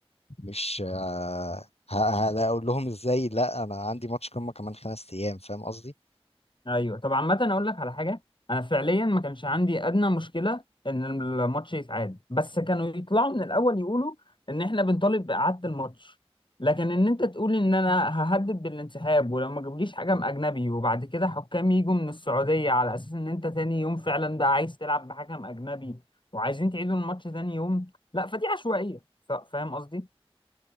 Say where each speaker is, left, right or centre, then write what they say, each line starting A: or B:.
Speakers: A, on the left; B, on the left.
A: مش آه، ه- ه- هقول لهم ازاي لا انا عندي ماتش قمه كمان خمس ايام فاهم قصدي
B: ايوه طب عامة اقول لك على حاجة انا فعليا ما كانش عندي ادنى مشكلة ان الماتش يتعاد بس كانوا يطلعوا من الاول يقولوا ان احنا بنطالب باعادة الماتش لكن ان انت تقول ان انا ههدد بالانسحاب ولو ما جابوليش حكم اجنبي وبعد كده حكام يجوا من السعودية على اساس ان انت تاني يوم فعلا بقى عايز تلعب بحكم اجنبي وعايزين تعيدوا الماتش تاني يوم لا فدي عشوائية ف- فاهم قصدي